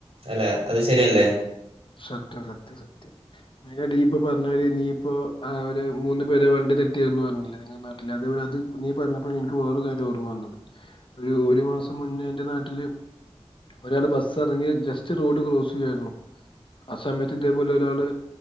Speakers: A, on the right; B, on the left.
A: അല്ലെ അത് സരിയല്ലെ
B: സത്യം സത്യം സത്യം അയ്‌ന്റെ ടീപ്പ് പർഞാരി നീയിപ്പോ അവരെ മൂന്ന് പേരെ വണ്ടി തട്ടി അർഞു പർഞ്ഞിലെ നീ നാട്ടില് അതെപോലെ അത് നീ പറ്ഞ്ഞപ്പൊ ഇൻക്ക് വേറൊര് കാര്യ ഓർമ്മ വന്നത് ഒരൂ ഒര് മാസം മുന്നെ എന്റെ നാട്ട്ല് ഒരാള് ബസ്സ് എറങ്ങി ജസ്റ്റ് റോഡ് ക്രോസ്സിയ്യായിരുന്നു ആ സമയത്ത് ഇതേപോലൊരാള്